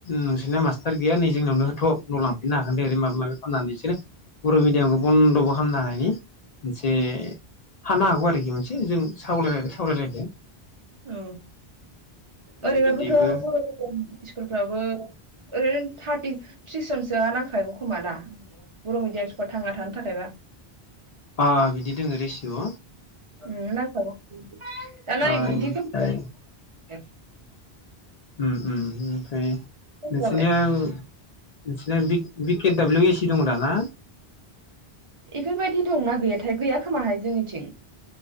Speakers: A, on the left (about 50°); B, on the right (about 35°).
A: नोंसोरना मास्टार गैया नै जोंनियावनो होथ' न' लांफिननो हागोन दे ओरै माबा माबि खालामनानै बिसोरो बर' मिडियामखौ बन्द'बो खालामनो हानायनि मोनसे हानो हागौ आरोखि मोनसे जों साव सावरायलायदों
B: औ ओरैबाबोथ''
A: बिदिबो
B: <unintelligible> स्कुलफ्रावबो ओरैनो थार्टि थ्रिस जनसोआ नांखागागौ खोमाना बर' मिडियाम स्कुलाव थांना थानो थाखायबा
A: अ बिदि दङो रेसिय'
B: उम नांखागौ <unintelligible>
A: ओमफ्राय
B: नों बिदिखौ ए
A: उम उम ओमफ्राय नोंसिनिया
B: जाबाय
A: नोंसिनिया बिद बिद के दाब्लिउ एसि दं दा ना?
B: इफोरबायदि दंना गैयाथाय गैया खोमाहाय जोंनिथिं।